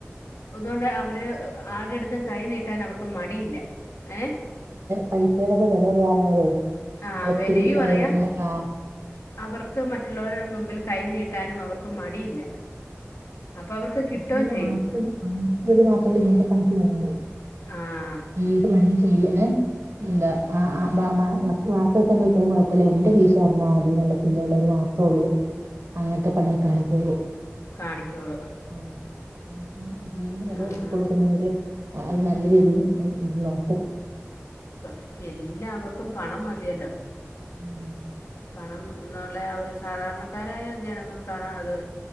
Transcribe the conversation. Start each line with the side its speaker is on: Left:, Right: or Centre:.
Left: അതുകൊണ്ട് അവര് ആരുടെയും അടുത്ത്- ത്തും കൈനീട്ടാൻ അവർക്ക് മടിയില്ല, ഏഹ..
Right: പൈസടെ ഒക്കെ വിലറിയാവുന്നര്
Left: ആഹ്
Right: ഒത്തിരി
Left: വിലയും
Right: - <unintelligible>
Left: അറിയാം അവർക്ക് മറ്റുള്ളവരുടെ മുമ്പിൽ- കൈനീട്ടാനും അവർക്ക് മടിയില്ല. അപ്പൊ അവർക്ക് കിട്ടുകയും
Right: ഇവർ
Left: ചെയ്യും
Right: <inaudible> മാത്രമല്ല ഇങ്ങത്തെ പണിക്ക് പോകുന്നുള്ളു
Left: ആഹ
Right: ഏത് പണിയും ചെയ്യുക ഏ ഇല്ല ആഹ ഹ മ വാക്കിയുള്ളവർക്കു എന്ത്‌ പറ്റിയാലും കുഴപ്പമില്ല എൻന്റെറെ കീശ നിറഞ്ഞാൽ മതി എന്നുള്ള ചിന്ത ഉള്ളവർ മാത്രേ ഉള്ളൂ അങ്ങനത്തെ പണിയൊക്കെ കാണിക്കുള്ളൂ
Left: കാണിക്കോളൂ
Right: ഉം മനുഷ്യന്റെ ജീവന് വില
Left: ആഹ്
Right: കൊടുക്കുന്നവർ അത് നല്ല രീതിയിൽ നോക്കും
Left: ക്ക എല്ലാവർക്കും പണം മതിയല്ലോ
Right: ഉം
Left: പണം എന്നുള്ള ഒരു സാധാരണക്കാരായ ജനങ്ങൾക്കാണ് അത്